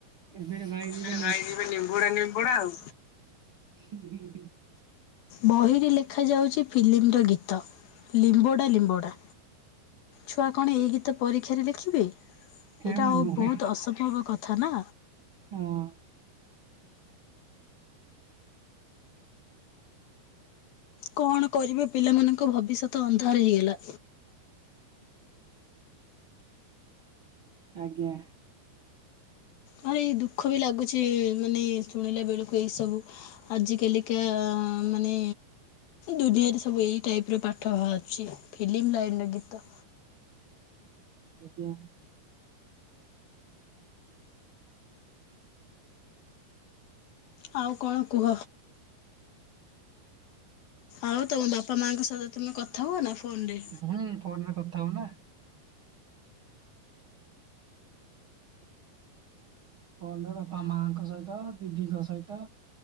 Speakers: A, on the right (about 80°); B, on the left (about 70°).
A: ଏବେ ଭାଇ ଯିବେ
B: ସେ ଗାଇବେ ନିମ୍ବୁଡା ନିମ୍ବୁଡା ଆଉ।
A: ହୁଁ, ହୁଁ <unintelligible>
B: ବହିରେ ଲେଖାଯାଉଛି ଫିଲ୍ମର ଗୀତ। ଗୀତ ଲିମ୍ବଡ଼ା,। ଲିମ୍ବଡ଼ା ଛୁଆ କଣ ଏହି ଗୀତ ପରୀକ୍ଷାରେ ଲେଖିବେ ଏଇଟା
A: ହେ ନା
B: ଆଉ
A: ନୁହେଁ
B: ବହୁତ ଅସମ୍ଭବ କଥା ନା
A: ହଁ।
B: କଣ କରିବେ ପିଲାମାନଙ୍କ ଭବିଷ୍ୟତ ଅନ୍ଧାର ହେଇଗଲା
A: ଆଜ୍ଞା <unintelligible>
B: ହିଁ, ଏଇ ଦୁଃଖ ବି ଲାଗୁଛି ମାନେ ଶୁଣିଲା ବେଳକୁ ଏଇ ସବୁ। ଆଜ କାଲିକା ମାନେ ଦୁନିଆରେ ସବୁ ଏଇ ଟାଇପ ର ପାପ ପାଠ ଭରୁଛି ଫିଲ୍ମ ଲାଇନ୍ ର ଗୀତ।
A: ଆଜ୍ଞା।
B: ଆଉ କଣ କୁହ? ଆଉ ତମ ବାପା ମାଙ୍କ ସହିତ ତମେ କଥା ହୁଅ ନା ଫୋନ ରେ
A: ହୁଁ, ଫୋନରେ କଥା ହଉନା। ଫୋନ୍ ରେ ବାପା ମାଙ୍କ ସହିତ ଦିଦିଙ୍କ ସହିତ